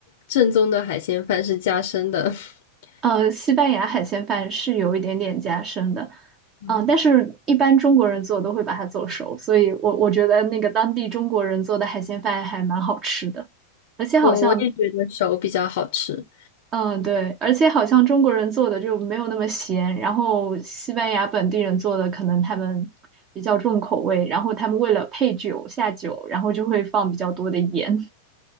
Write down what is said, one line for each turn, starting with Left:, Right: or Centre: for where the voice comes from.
Left: 正宗的海鲜饭是加生的。<laughs>
Right: 呃，西班牙海鲜饭是有一点点夹生的，
Left: 嗯，
Right: 嗯、但是一般中国人做都会把它做熟，所以我我觉得那个当地中国人做的海鲜饭还蛮好吃的，而且好像，
Left: 我我也觉得手比较好吃。
Right: 嗯、对，而且好像中国人做的就没有那么咸，然后西班牙本地人做的可能他们比较重口味，然后他们为了配酒下酒，然后就会放比较多的盐。